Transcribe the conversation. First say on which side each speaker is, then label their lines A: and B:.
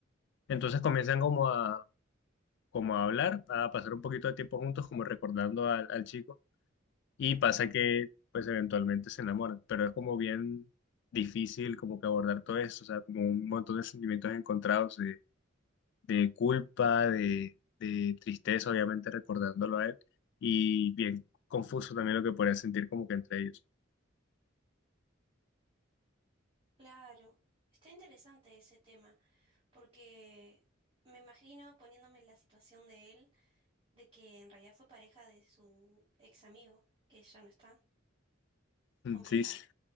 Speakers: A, on the left; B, on the right.
A: Entonces comienzan como a, como a hablar, a pasar un poquito de tiempo juntos, como recordando al al chico Y pasa que, pues, eventualmente se enamoran, pero es como bien difícil como que abordar todo eso, o sea, como un montón de sentimientos encontrados de, de culpa, de, de tristeza, obviamente recordándolo a él, y bien confuso también lo que podrían sentir como que entre ellos.
B: claro, está interesante ese tema, porque me imagino poniéndome en la situación de él, de que en realidad fue pareja de su ex amigo, que ya no está,
A: Mm,
B: complicado.
A: Sí, sí,